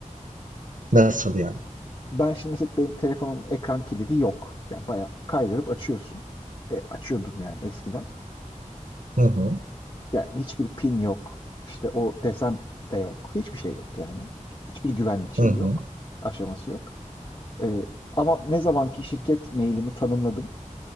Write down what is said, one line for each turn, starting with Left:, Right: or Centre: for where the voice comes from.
Right: Nasıl yani?
Left: Ben şimdi mesela benim telefonun ekran kilidi yok. Yani bayağı kaydırıp açıyorsun. E, açıyordum yani eskiden.
Right: Hı hı.
Left: Yani hiçbir pin yok. İşte o desen de yok. Hiçbir şey yok yani. Hiçbir güvenlik şeyi
Right: Hı hı.
Left: yok. Aşaması yok. Ee, ama ne zamanki şirket mailimi tanımladım.